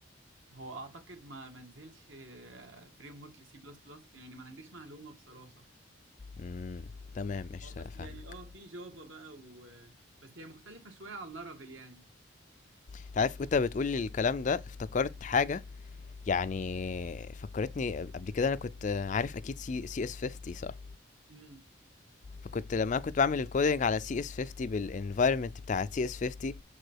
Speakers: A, on the right; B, on the left.
A: هو اعتقد ما منزلش فريم ورك لسي بلس بلس يعني ما عنديش معلومة بصراحة
B: امم تمام قشطة
A: اه بس
B: لأ، فاهمك
A: يعني اه في جافا بقى و... بس هي مختلفة شوية عن لارافيل يعني
B: انت عارف وانت بتقول لي الكلام ده افتكرت حاجة يعني فكرتني قبل كده انا كنت عارف اكيد سي سي اس 50 صح
A: امم
B: فكنت لما انا كنت بعمل الكودينج على سي اس 50 بالانفايرمنت بتاع سي اس 50